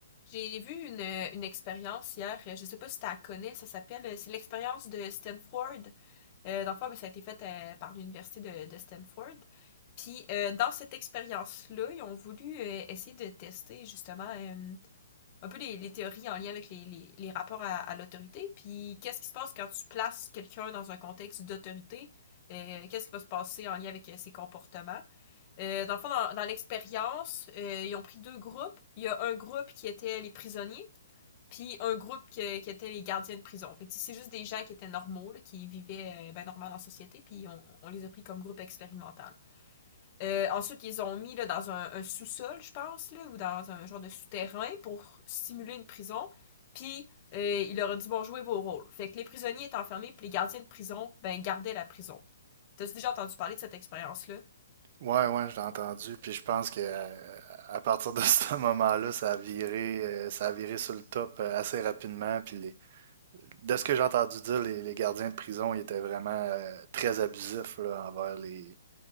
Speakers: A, on the left; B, on the right.
A: J'ai vu une, une expérience hier, euh, je sais pas si tu la connais, ça s'appelle, euh, c'est l'expérience de Stanford. Euh, dans le fond, ben, ça a été fait euh, par l'université de, de Stanford. Puis euh, dans cette expérience-là, ils ont voulu euh, essayer de tester justement euh, un peu les, les théories en lien avec les, les, les rapports à, à l'autorité. Puis qu'est-ce qui se passe quand tu places quelqu'un dans un contexte d'autorité? Euh, qu'est-ce qui va se passer en lien avec euh, ses comportements? Euh, dans le fond, dans, dans l'expérience, euh, ils ont pris deux groupes. Il y a un groupe qui était les prisonniers, puis un groupe qui, qui était les gardiens de prison. Fait que c'est juste des gens qui étaient normaux, là, qui vivaient euh, ben, normal en société, puis on, on les a pris comme groupe expérimental. Euh, ensuite, ils ont mis là, dans un, un sous-sol, je pense, là, ou dans un genre de souterrain pour simuler une prison. Puis euh, il leur a dit bon, jouez vos rôles. Fait que les prisonniers étaient enfermés, puis les gardiens de prison, ben gardaient la prison. T'as déjà entendu parler de cette expérience-là?
B: Ouais, ouais, je l'ai entendu. Puis je pense que euh, à partir de <laughs> ce moment-là, ça a viré, euh, ça a viré sur le top euh, assez rapidement. Puis les- de ce que j'ai entendu dire, les, les gardiens de prison, ils étaient vraiment euh, très abusifs là, envers les,